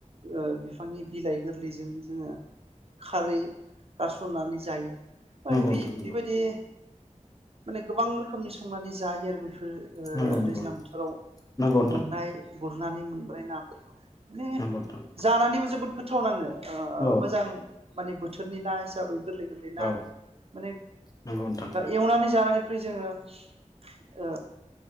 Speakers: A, on the right; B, on the left.
A: ओ बिफांनि बिलाइ गोरलैजों जोङो खारै खारसजायो
B: नंगौ
A: <unintelligible>
B: नोंथां नंगौ नोंथां
A: बिबायदि माने गोबां रोखोमनि संनानै जायो आरो बेफोर ओ
B: नंगौ नंगौ
A: दैज्लां
B: नंगौ
A: बोथोराव
B: नंगौ नोंथां
A: मोननाय गुरनानै मोनबोनाय नाखौ <inaudible> माने
B: नंगौ नोंथां
A: जानानैबो जोबोद गोथाव नाङो ओ
B: औ
A: मोजां माने बोथोर बोथोरनि ना हिसाबै गोरलै गोरलै
B: औ
A: ना
B: औ
A: माने
B: नंगौ नोंथां
A: एवनानै जानानै <unintelligible> जोङो ओ